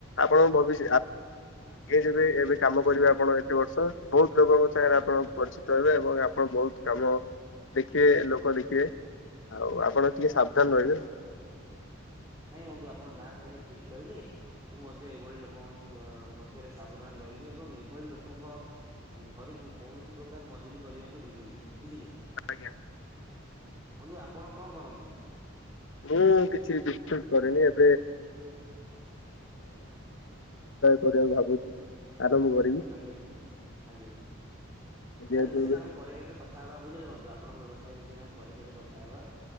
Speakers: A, on the left; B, on the right.
A: ଆପଣ ଭବି ଆଗେ ଯବେ, ଏବେ କାମ କରିବେ ଆପଣ ଏତେ ବର୍ଷ ବହୁତ ଲୋକଙ୍କ ସାଙ୍ଗରେ ଆପଣ ପରିଚିତ ଏବଂ ଆପଣ ବହୁତ କାମ ଦେଖିବେ, ଲୋକ ଦେଖିବେ ଆଉ ଆପଣ ଟିକେ ସାବଧାନ ରହିବେ ଆଉ।
B: ନାଇଁ ବନ୍ଧୁ ଆପଣ ଯାହା କହିଲେ ଠିକ କହିଲେ। ମୁଁ ମଧ୍ୟ ଏଇଭଳି ଲୋକଙ୍କ ପକ୍ଷରେ ସାବଧାନ ରହିବି ଏବଂ ଏଭଳି ଲୋକଙ୍କ ଘରକୁ କୌଣସି ପ୍ରକାର ମଜୁରୀ କରିବାକୁ ଯିବୁ ନାହିଁ ବୁଝିଲେ।
A: ଆଜ୍ଞା
B: ବନ୍ଧୁ ଆପଣ କଣ କରନ୍ତି?
A: <unintelligible> ସେଠି ଗୋଟେ ଜଣେ ଜଣେ ବ୍ୟବସାୟ କରିବାକୁ ଭାବୁଛି। ଆରମ୍ଭ କରିବି।
B: ଆଜ୍ଞା ଆଜ୍ଞା,
A: ଯେହେତୁ
B: ଯାହା ବିଷୟରେ
A: ଏବେ
B: ଆମେ ପରେ କେବେ କଥା ହବା ବୁଝିଲେ ବନ୍ଧୁ, ଆପଣଙ୍କ ବ୍ୟବସାୟ ବିଷୟରେ ପରେ କେବେ କଥା ହେବା।